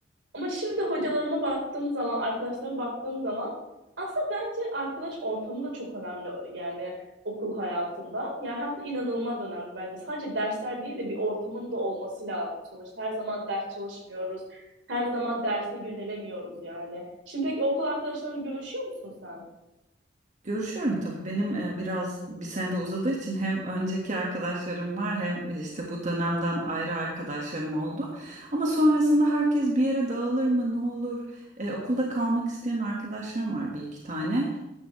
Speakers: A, on the right; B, on the right.
A: Ama şimdi hocalarıma baktığım zaman, arkadaşlarıma baktığım zaman aslında bence arkadaş ortamı da çok önemli yani okul hayatında. Yani hatta inanılmaz önemli bence. Sadece dersler değil de bir ortamın da olması lazım sonuçta. Her zaman ders çalışmıyoruz. Her zaman derse yönelemiyoruz yani. Şimdi peki okul arkadaşlarını görüşüyor musun sen?
B: Görüşüyorum tabii benim e, biraz bir senede uzadığı için hem önceki arkadaşlarım var hem e, işte bu dönemden ayrı arkadaşlarım oldu. Ama sonrasında herkes bir yere dağılır mı ne olur? E, okulda kalmak isteyen arkadaşlarım var bir iki tane.